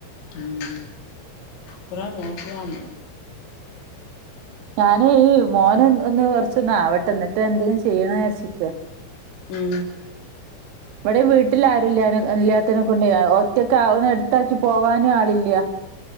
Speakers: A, on the left; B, on the right.
A: ഉം കൊറേ നോക്കിയാണ്
B: ഞാന് ഈ മോന് ഒന്ന് കൊറച്ചൊന്ന് ആവട്ടെ എന്നിട്ട് എന്തേലും ചെയ്യണന്ന് ചാരിച്ചിക്ക
A: ഉം
B: ഇവിടെയും വീട്ടിൽ ആരും ഇല്ലനെ ഇല്ലാത്തനെ കൊണ്ടെയ് ഒറ്റക്കാവ് ന്ന് എട്ത്താക്കി പോവാനും ആളില്ല